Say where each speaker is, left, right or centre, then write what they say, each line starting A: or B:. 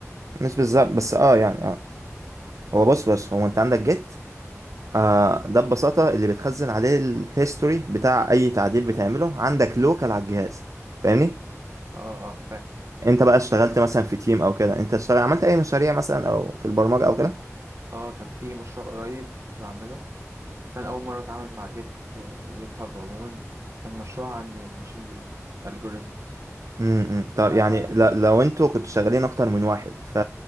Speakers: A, on the right (about 80°); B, on the right (about 60°).
A: مش بالظبط بس اه يعني اه
B: اه
A: هو بص بص هو انت عندك جيت آه ده ببساطة اللي بتخزن عليه الهيستوري بتاع أي تعديل بتعمله عندك لوكال على الجهاز فاهمني
B: اه اه فاهم
A: انت بقى اشتغلت مثلا في تيم او كده انت اشتغل عملت اي مشاريع مثلا او في البرمجة او كده
B: اه كان في مشروع قريب كنت بعمله كان أول مرة أتعامل مع جيت وجيت هاب عموما كان مشروع عن الماشين ليرنينج algorithms
A: امم طب يعني
B: آه،
A: ل- لو انتوا كنتوا شغالين اكتر من واحد ف